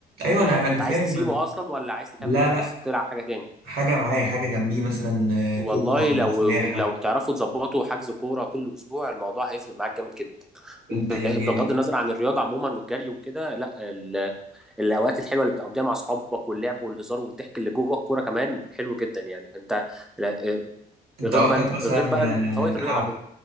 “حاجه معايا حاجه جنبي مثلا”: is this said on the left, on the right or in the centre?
Right